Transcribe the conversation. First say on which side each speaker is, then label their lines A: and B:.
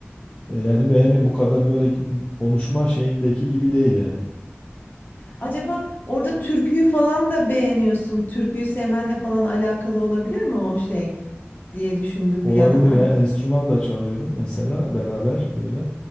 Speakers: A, on the left; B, on the left.
A: e, yani beğeniyorum. Bu kadar böyle konuşma şeyindeki gibi değil yani.
B: Acaba orada türküyü falan da beğeniyorsun. Türküyü sevmenle falan alakalı olabilir mi o şey diye düşündüm
A: Olabilir
B: bir an ama.
A: ya. Enstrüman da çalıyorum mesela beraber böyle.